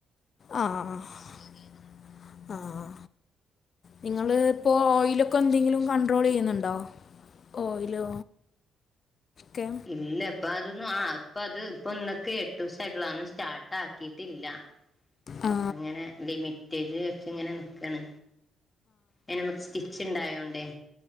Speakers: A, on the left; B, on the left.
A: അഹ് അഹ് ആഹ് അഹ് അഹ് ആഹ് നിങ്ങള് പ്പോ ഓയിലൊക്കെ എന്തെങ്കിലും കണ്ട്രോളെയ്യുന്ന്ണ്ടോ ഓയിലോ ക്കെ
B: ഇല്ല ഇപ്പഅതൊന്നും ആഹ് ഇപ്പഅത് ഇപ്പൊന്നക്ക് ട്ടൂസായിട്ടൊള്ളും അതൊന്നും സ്റ്റാട്ടാക്കിയിട്ടില്ല
A: ആ
B: ഒക്കെങ്ങനെ ലിമിറ്റേജ് വെച്ച് ഇങ്ങനെ നിക്കാണ് അയിനമ്മക്ക് സ്റ്റിച്ച്ണ്ടായോണ്ടേ